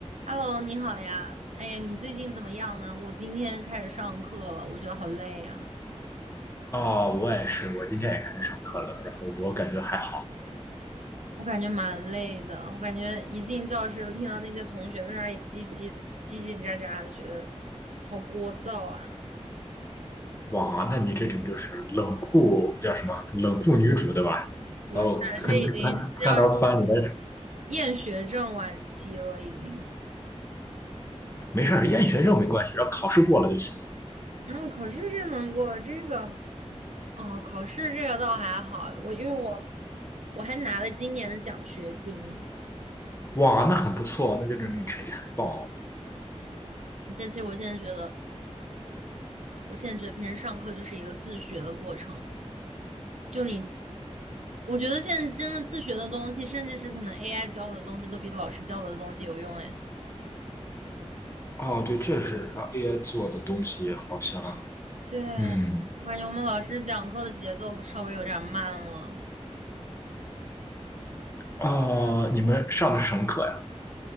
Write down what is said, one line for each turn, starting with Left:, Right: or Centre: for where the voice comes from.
Right: Hello，你好呀。哎呀，你最近怎么样呢？我今天开始上课了，我觉得好累呀，
Left: 啊，我也是，我今天也开始上课了，然后我感觉还好。
Right: 我感觉蛮累的。我感觉一进教室就听到那些同学在那里叽叽叽叽喳喳的，觉得好聒噪啊。
Left: 哇，那你这种就是冷酷叫什么？冷酷女主对吧？
Right: 不是，
Left: 然后看看看到班里面
Right: 是已经要厌学症晚期了，已经。
Left: 没事儿，厌学生没关系，只要考试过了就行。
Right: 然后考试这能过，这个，哦，考试这个倒还好，我因为我我还拿了今年的奖学金，
Left: 哇，那很不错，那就证明你成绩很棒
Right: 但其实我现在觉得。我现在觉得平时上课就是一个自学的过程，就你，我觉得现在真的自学的东西，甚至是可能 AI 教我的东西，都比老师教我的东西有用。哎，
Left: 哦。哦，对，这是他 AI 做的东西，好像
Right: 对，
Left: 嗯
Right: 我感觉我们老师讲课的节奏稍微有点慢了。
Left: 啊、你们上的是什么课呀？